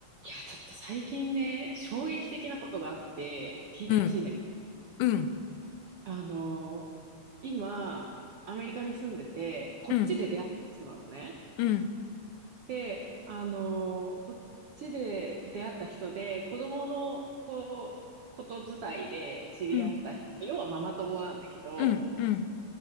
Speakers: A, on the right (about 65°); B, on the left (about 75°).
A: いや、ちょっと最近ね、衝撃的なことがあって、聞いてほしいんだけど、
B: うん、うん、うん、
A: あの、今、アメリカに住んでて、こっちで出会った人なのね。
B: うん、うん、
A: で、あの、こっちで出会った人で、子供のこう、こと伝いで知り合った人、
B: うん、
A: 要はママ友なんだけど、
B: うん、